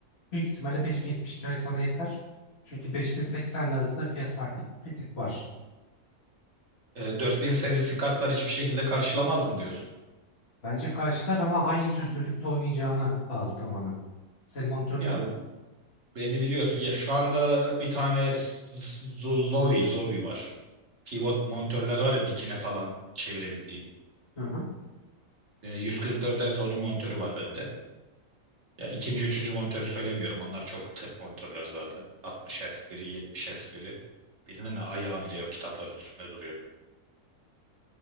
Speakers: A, on the left; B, on the right.
A: büyük ihtimalle 5070 Ti sana yeter. Çünkü 5080'in arasında fiyat farkı bir tık var.
B: E, 4000 serisi kartlar hiçbir şekilde karşılamaz mı diyorsun?
A: Bence karşılar ama hangi çözünürlükte oynayacağına bağlı tamamen. Senin monitörün
B: Ya
A: ne?
B: beni biliyorsun. Ya şu anda bir tane Z- Zowie, Zowie var. Pivot monitörler var ya dikine falan çevirebildiğin.
A: Hı hı.
B: E, 144 Hz onun monitörü var bende. Ya ikinci, üçüncü monitörü söylemiyorum. Onlar çok tırt monitörler zaten. 60 Hz biri, 70 Hz biri. Birinin ayağı bile yok kitapların üstünde duruyor.